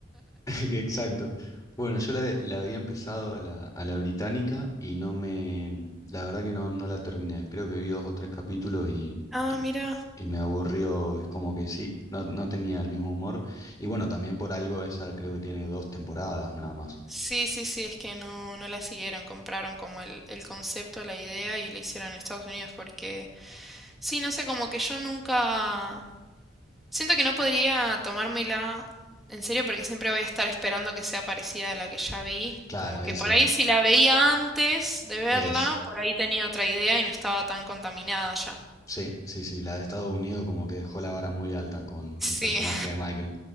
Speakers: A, on the left; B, in the centre.
A: <laughs> Que Exacto. Bueno, yo la, la había empezado a la, a la británica y no me... La verdad que no, no la terminé. Creo que vi dos o tres capítulos y,
B: Ah,
A: y
B: mira.
A: y me aburrió, es como que sí, no, no tenía el mismo humor. Y bueno, también por algo esa creo que tiene dos temporadas nada más.
B: Sí, sí, sí, es que no, no la siguieron, compraron como el, el concepto, la idea y la hicieron en Estados Unidos porque Sí, no sé, como que yo nunca... Siento que no podría tomármela en serio porque siempre voy a estar esperando que sea parecida a la que ya vi.
A: Claro,
B: Como que
A: ese
B: por ahí si la veía antes de verla,
A: es.
B: por ahí tenía otra idea y no estaba tan contaminada ya.
A: Sí, sí, sí, la de Estados Unidos como que dejó la vara muy alta con
B: Sí,
A: el personaje de Michael.